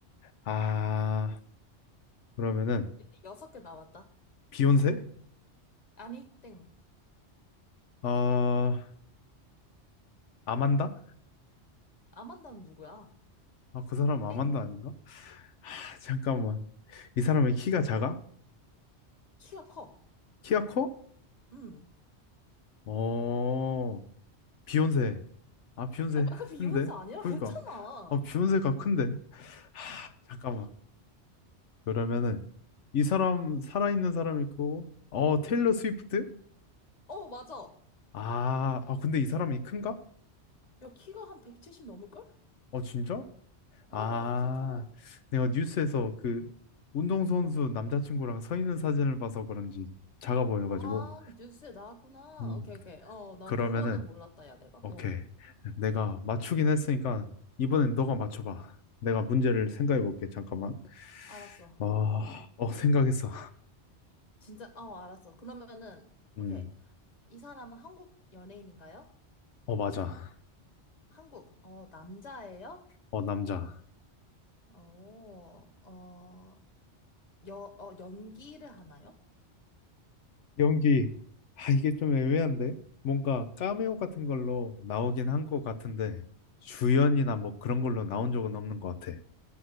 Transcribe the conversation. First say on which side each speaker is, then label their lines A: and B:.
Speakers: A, on the left; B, on the left.
A: 아, 그러면은,
B: 이제 섯개 남았다.
A: 비욘세?
B: 아니, 땡.
A: 어, 아만다?
B: 아만다는 누구야?
A: 아, 그 사람 아만다
B: 땡.
A: 아닌가? 아, 잠깐만. 이 사람의 키가 작아?
B: 키가 커.
A: 키가 커?
B: 음.
A: 어, 비욘세. 아, 비욘세
B: 아니, 방금 비욘세
A: 했는데?
B: 아니라고
A: 그러니까,
B: 했잖아.
A: 아, 비욘세가 큰데? 하, 잠깐만. 그러면은, 이 사람, 살아있는 사람 있고, 어, 테일러 스위프트?
B: 어, 맞아.
A: 아, 아, 근데 이 사람이 큰가?
B: 야, 키가 한 170 넘을걸?
A: 어, 진짜?
B: 어,
A: 아,
B: 어, 키 커.
A: 내가 뉴스에서 그, 운동선수 남자친구랑 서 있는 사진을 봐서 그런지 작아 보여가지고.
B: 아, 뉴스에 나왔구나.
A: 음,
B: 오케이, 오케이. 어, 난
A: 그러면은,
B: 그거는 몰랐다, 야, 내가.
A: 오케이.
B: 어,
A: 내가 맞추긴 했으니까, 이번엔 너가 맞춰봐. 내가 문제를 생각해 볼게, 잠깐만.
B: 알았어.
A: 아, 어, 생각했어.
B: 진짜, 어, 알았어. 그러면은,
A: 음.
B: 오케이. 이 사람은 한국 연예인인가요?
A: 어, 맞아.
B: 한국. 어, 남자예요?
A: 어, 남자.
B: 어, 어, 여, 어, 연기를 하나요?
A: 연기, 아, 이게 좀 애매한데? 뭔가 카메오 같은 걸로 나오긴 한 것 같은데, 주연이나 뭐 그런 걸로 나온 적은 없는 것 같아.